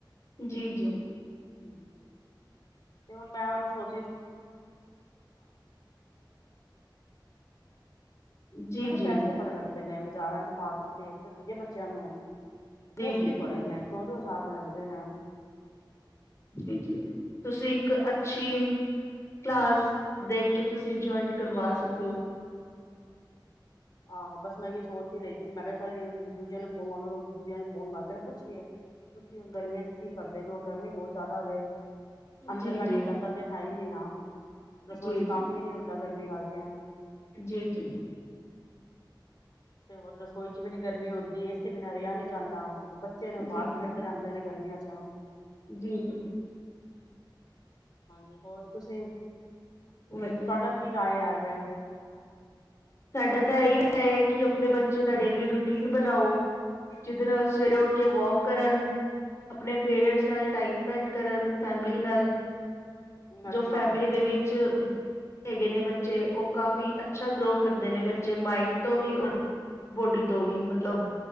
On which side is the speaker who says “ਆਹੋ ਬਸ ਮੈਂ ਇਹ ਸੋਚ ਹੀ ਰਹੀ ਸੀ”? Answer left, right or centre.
Left